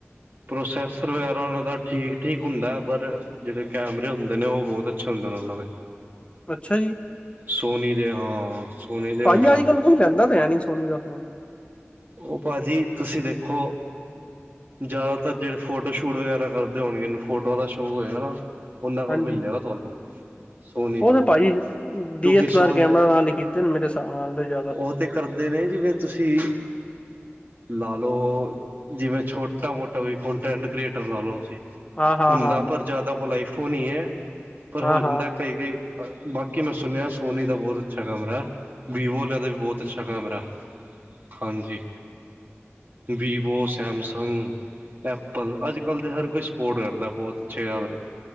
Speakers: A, on the right; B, on the left.
A: ਪ੍ਰੋਸੈਸਰ ਵਗੈਰਾ ਉਹਨਾਂ ਦਾ ਠੀਕ-ਠੀਕ ਹੁੰਦਾ, ਪਰ ਜਿਹੜੇ ਕੈਮਰੇ ਹੁੰਦੇ ਨੇਂ, ਉਹ ਬਹੁਤ ਅੱਛੇ ਹੁੰਦੇ ਨੇਂ ਉਹਨਾਂ ਦੇ।
B: <unintelligible> ਅੱਛਾ ਜੀ।
A: ਸੋਨੀ ਦੇ ਹਾਂ ਸੋਨੀ ਦੇ
B: ਪਾਜੀ
A: ਹੋ ਗਿਆ
B: ਅੱਜ-ਕੱਲ ਕੋਈ ਲੈਂਦਾ ਤਾਂ ਹੈ ਨੀਂ ਸੋਨੀ ਦਾ ਫੋਨ।
A: ਉਹ ਭਾਜੀ ਤੁਸੀਂ ਦੇਖੋ ਜਿਆਦਾਤਰ ਜਿਹੜੇ ਫੋਟੋ ਸ਼ੂਟ ਵਗੈਰਾ ਕਰਦੇ ਹੋਣਗੇ ਇਹਨ ਫੋਟੋਆਂ ਦਾ ਸ਼ੌਕ ਹੋਏਆਾ ਉਹਨਾਂ ਕੋਲ
B: ਹਾਂਜੀ
A: ਮਿਲਜੇ ਗਾ ਤੁਹਾਨੂੰ ਸੋਨੀ
B: ਉਹ
A: ਦਾ
B: ਤੇ ਭਾਜੀ ਡੀ
A: ਕਿਉਂਕਿ
B: ਐਸ
A: ਸੋਨੀ
B: ਐਲ ਆਰ ਕੈਮਰਾ
A: ਦੇ
B: ਨਾਲ ਹੀ ਕੀਤੇ ਮੇਰੇ ਹਿਸਾਬ ਨਾਲ ਜ਼ਿਆਦਾ
A: ਉਹ ਤੇ ਕਰਦੇ ਨੇ ਜਿਵੇਂ ਤੁਸੀਂ ਲਾ ਲਓ ਜਿਵੇਂ ਛੋਟਾ ਮੋਟਾ ਵੀ ਕੰਨਟੈਂਟ ਕ੍ਰੀਏਟਰ ਲਾ ਲਓ ਤੁਸੀ
B: ਹਾਂ ਹਾਂ
A: ਹੁੰਦਾ
B: ਹਾਂ
A: ਪਰ ਜ਼ਿਆਦਾ <unintelligible> ਹੋਣੀ ਹੈ ਪਰ
B: ਹਾਂ
A: ਹੋ
B: ਹਾਂ
A: ਜਾਂਦਾ ਸਹੀ ਕਈ ਬਾਕੀ ਮੈਂ ਸੁਣਿਆ ਸੋਨੀ ਦਾ ਬਹੁਤ ਅੱਛਾ ਕਮਰਾ ਵੀਵੋ ਲੈਦਾ ਵੀ ਬਹੁਤ ਅੱਛਾ ਅ ਕੈਮਰਾ ਹਾਂਜੀ ਵੀਵੋ ਸੈਮਸੰਗ ਹ ਐਪਲ ਅੱਜ ਕੱਲ ਤੇ ਹਰ ਕੋਈ ਸਪੋਰਟ ਕਰਦਾ ਬਹੁਤ ਅੱਛੇ <unintelligible>